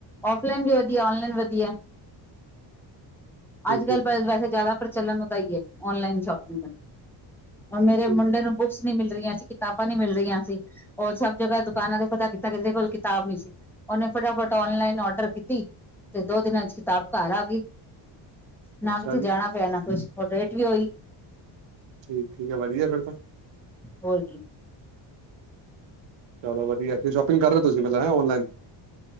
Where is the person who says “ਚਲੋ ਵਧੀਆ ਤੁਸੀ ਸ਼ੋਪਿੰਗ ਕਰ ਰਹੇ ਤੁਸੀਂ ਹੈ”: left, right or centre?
Right